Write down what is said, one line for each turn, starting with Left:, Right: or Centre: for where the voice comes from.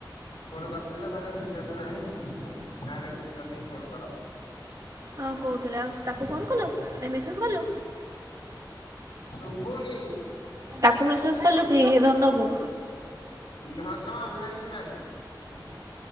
Left: ଫୋନ କରିଥିଲେ କହିଲେ ରିଚାର୍ଜ ନାହିଁ <unintelligible> କି ଫୋନ କର।
Right: ହଁ କହୁଥିଲେ ଆଉ ତାକୁ ଫୋନ କଲୁ ମେସେଜ କଲୁ?
Left: ଶୁଭୁନି।
Right: ତାକୁ ମେସେସ୍ କଲୁ କି ଧନ କୁ?
Left: ଧନ ଅନଲାଇନ ନାହିଁ।